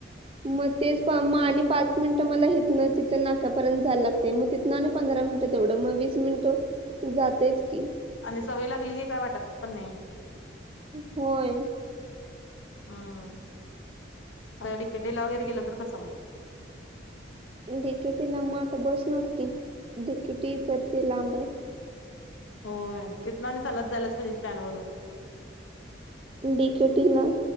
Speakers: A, on the right; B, on the left.
A: मग तेच मग आणि पाच मिनिटं मला हिथन तिथं नाक्यापर्यंत जायला लागते मग तिथं ना पंधरा मिनिट तेवढं म वीस मिनिट जातेच की
B: आणि सवय लागली की काय वाटतं पण नाही.
A: होय
B: हम्म अ डिकेडेला वगैर गेलद कसं मग
A: डिकेटी लांब आता बसणारच की डीकेटी तर ते लांब आहे.
B: हो तिथन आणि चालत झालाच पाहिजे स्टँड वरून
A: डीकेटी ला